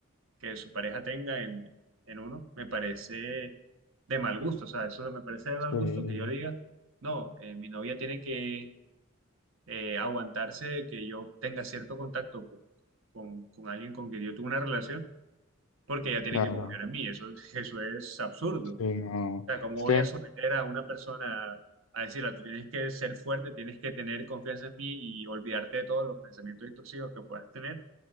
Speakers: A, on the right; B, on the left.
A: que su pareja tenga en, en uno, me parece de mal gusto. O sea, eso me parece de mal
B: sí,
A: gusto que yo diga, no, eh, mi novia tiene que eh, aguantarse que yo tenga cierto contacto con, con, con alguien con quien yo tuve una relación, porque ella tiene
B: claro,
A: que confiar en mí. Eso, <laughs> eso es absurdo.
B: sí,
A: O
B: no,
A: sea, ¿cómo
B: es
A: voy
B: que,
A: a someter a una persona a, a decirle, tú tienes que ser fuerte, tienes que tener confianza en mí y olvidarte de todos los pensamientos intrusivos que puedas tener?